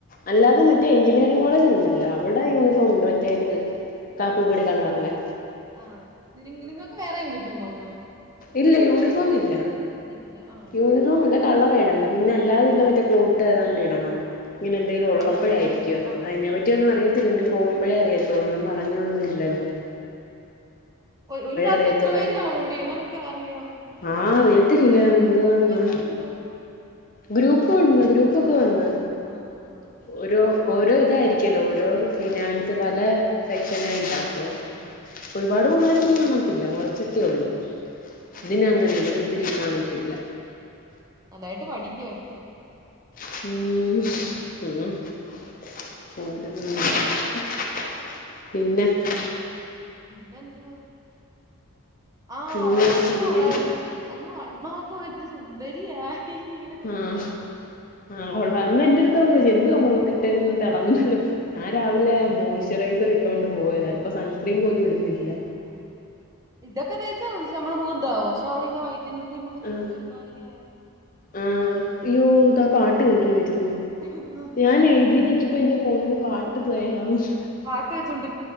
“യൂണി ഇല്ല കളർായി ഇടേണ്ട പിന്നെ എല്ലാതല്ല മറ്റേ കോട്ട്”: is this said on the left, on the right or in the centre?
Left